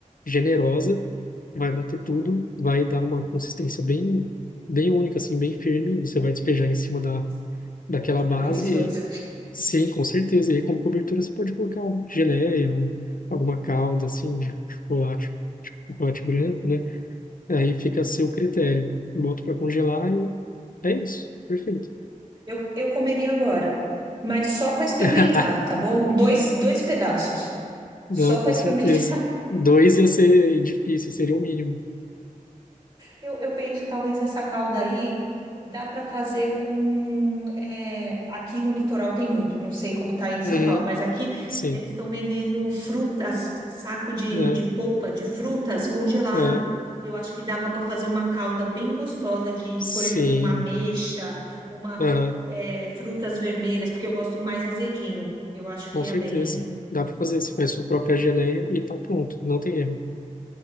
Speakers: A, on the left (about 85°); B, on the right (about 35°).
A: generosa, vai bater tudo, vai dar uma consistência bem, bem única, assim, bem firme. Você vai despejar em cima da,
B: Nossa,
A: daquela
B: deve ficar
A: base.
B: delicioso.
A: E aí, sim, com certeza. E aí, como cobertura, você pode colocar uma geleia, um, alguma calda, assim, de chocolate, tipo chocolate branco, né? Aí fica a seu critério. Boto para congelar e é isso. Perfeito.
B: Eu, eu comeria agora, mas só para experimentar,
A: <laughs>
B: tá bom? Dois, dois pedaços,
A: Não,
B: só
A: com
B: para experimentar.
A: certeza.
B: <laughs>
A: Dois ia ser difícil, seria o mínimo.
B: Eu, eu penso, talvez essa calda aí dá para fazer com. é, aqui no litoral tem muito, não sei como tá aí em São
A: Uhum,
B: Paulo, mas aqui
A: sim.
B: eles estão vendendo frutas, saco de,
A: É,
B: de polpa de frutas congelado.
A: é,
B: Eu acho que dava para fazer uma calda bem gostosa de,
A: sim.
B: por exemplo, uma ameixa, uma,
A: Aham,
B: é, frutas vermelhas, porque eu gosto mais azedinho. Eu acho
A: com
B: que
A: certeza.
B: ia bem, hein?
A: Dá para fazer. Você faz sua própria geleia e tá pronto. Não tem erro.